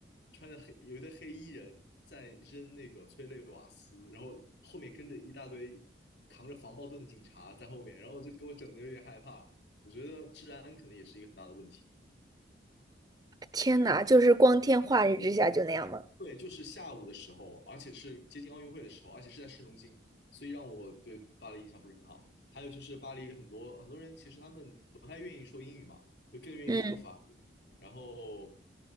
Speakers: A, on the left (about 65°); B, on the right (about 20°).
A: 穿着黑有一堆黑衣人在扔那个催泪瓦斯，然后后面跟着一大堆扛着防爆盾的警察在后面，然后就给我整的有点害怕。我觉得治安可能也是一个很大的问题。
B: 天呐，就是光天化日之下就那样吗？
A: 对，就是下午的时候，而且是接近奥运会的时候，而且是在市中心，所以让我对巴黎印象不是很好。还有就是巴黎很多很多人其实他们不太愿意说英语嘛，就更愿意说法语。
B: 嗯
A: 然后